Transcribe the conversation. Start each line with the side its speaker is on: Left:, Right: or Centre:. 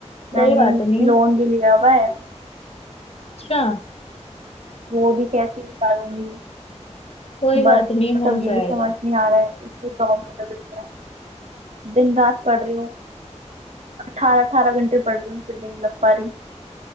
Right: मैंने
Left: कोई बात नहीं
Right: लोन भी लिया हुआ है
Left: अच्छा
Right: वो भी कैसे निकालूंगी
Left: कोई बात
Right: बस
Left: नहीं हो
Right: अब यही
Left: जाएगा
Right: समझ नहीं आ रहा है एक तो जॉब नहीं लग रही है दिन रात पढ़ रही हूँ अठारह अठारह घंटे पढ़ रही हूँ फिर भी नहीं लग पा रही